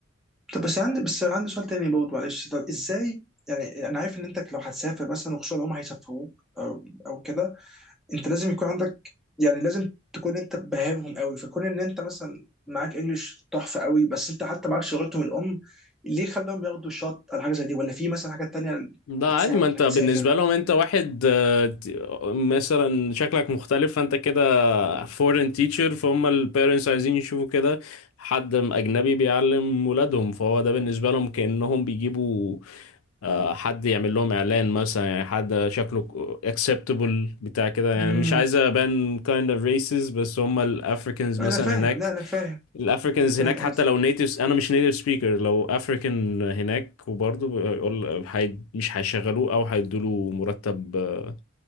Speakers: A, in the centre; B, on the left (about 80°).
A: طب بس عندي بس عندي سؤال تاني برضه معلش طب ازاي يعني انا عارف ان انت لو هتسافر مثلا وخصوصا لو هم هيسافروك او او كده انت لازم يكون عندك يعني لازم تكون انت باهبهم قوي فكون ان انت مثلا معاك انجلش تحفه قوي بس انت حتى معاكش لغتهم الام ليه خلاهم ياخدوا شوت على حاجه زي دي ولا في مثلا حاجات تانية
B: ده
A: بتساعد
B: عادي ما انت
A: انك
B: بالنسبه
A: تسافر
B: لهم انت واحد آه، ت- مثلا شكلك مختلف فانت كده فورين تيتشر فهم البيرنتس عايزين يشوفوا كده حد اجنبي بيعلم ولادهم فهو ده بالنسبه لهم كانهم بيجيبوا آه، حد يعمل لهم اعلان مثلا يعني حد شكله acceptable بتاع كده يعني
A: امم
B: مش عايز ابان kind of racist بس هم الافريكانز
A: انا
B: مثلا
A: فاهم
B: هناك
A: لا انا فاهم
B: الافريكانز
A: فاهم
B: هناك حتى
A: قصدي
B: لو natives انا مش native speaker لو افريكان هناك وبرضه بيقول هي- مش هيشغلوه او هيدوله مرتب آه،